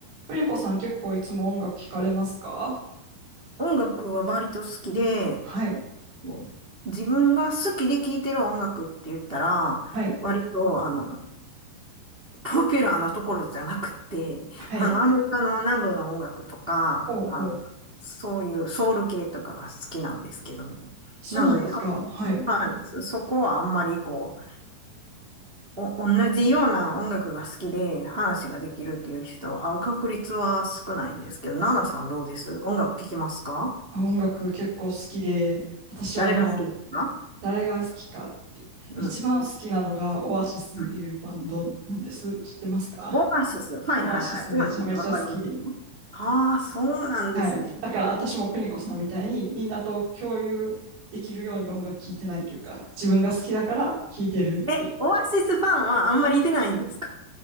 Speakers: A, on the right; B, on the right.
A: プリコさん結構いつも音楽聞かれますか
B: 音楽は割と好きで、
A: はい、
B: こう自分が好きで聴いてる音楽って言ったら、
A: はい、
B: 割と、あの、ポピュラーなところじゃなくて、
A: はい。
B: あの、アメリカの南部の音楽とか、
A: ほうほう。
B: あの、そういうソウル系とかが好きなんですけどね。
A: そうなんですか。
B: なので、あ
A: はい。
B: はい、そそこはあんまりこう、お、同じような音楽が好きで話ができるっていう人は会う確率は少ないんですけど、ナナさんどうです音楽聴きますか
A: あ、音楽結構好きで、私はあの、
B: 誰が好きですか
A: 誰が好きかって、
B: うん。
A: 一番好きなのがオアシスっていうバンドなんです。
B: うん
A: 知ってますか
B: オアシス。はいはいはい。
A: オアシスめちゃめちゃ好きで。
B: オアシス、わかります。はあ、そうなんですね。
A: はい。だから私も邦子さんみたいにみんなと共有できるように音楽聴いてないというか、自分が好きだから聴いてるっていう。
B: え、オアシスファンはあんまりいてないんですか